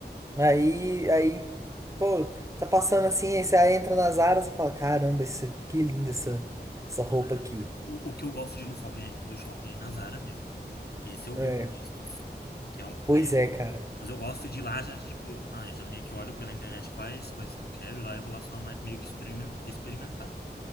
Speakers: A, on the right (about 15°); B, on the left (about 65°).
A: Aí, aí, pô, tá passando assim, aí você aí entra na Zara, você fala, caramba, essa, que linda essa, essa roupa
B: Ah,
A: aqui.
B: o, o que eu gosto de ir no shopping, do shopping é em Nazara mesmo. Esse eu
A: É,
B: vou com gosto. Que é um,
A: pois
B: né,
A: é, cara.
B: Mas eu gosto de ir lá já, tipo, ah, já meio que olho pela internet quais coisas que eu quero, e lá eu vou lá só mais- meio que experimen- experimentar.